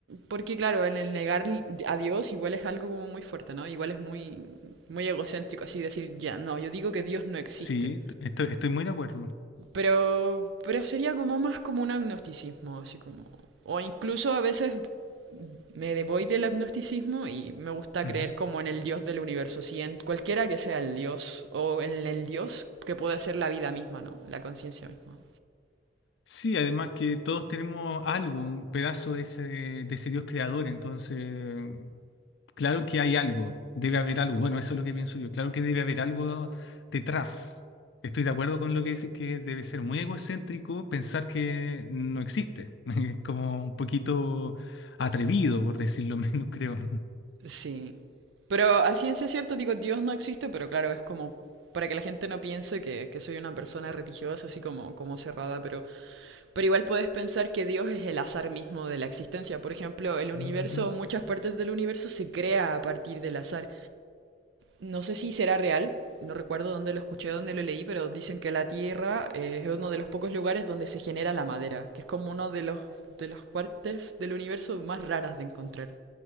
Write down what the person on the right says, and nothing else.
porque claro, en el negar a Dios igual es algo como muy fuerte, ¿no? Igual es muy, muy egocéntrico así decir, ya, no, yo digo que Dios no existe.
Pero, pero sería como más como un agnosticismo, así como... O incluso a veces me voy del agnosticismo y me gusta
creer como en el Dios del universo, sí, en cualquiera que sea el Dios, o en el Dios que puede ser la vida misma, ¿no? La conciencia misma.
Sí. Pero a ciencia cierta digo, Dios no existe, pero claro, es como para que la gente no piense que, que soy una persona religiosa, así como, como cerrada, pero, pero igual puedes pensar que Dios es el azar mismo de la existencia. Por ejemplo, el universo,
muchas partes del universo se crea a partir del azar. No sé si será real, no recuerdo dónde lo escuché, dónde lo leí, pero dicen que la Tierra eh, es uno de los pocos lugares donde se genera la madera, que es como uno de los de las partes del universo más raras de encontrar.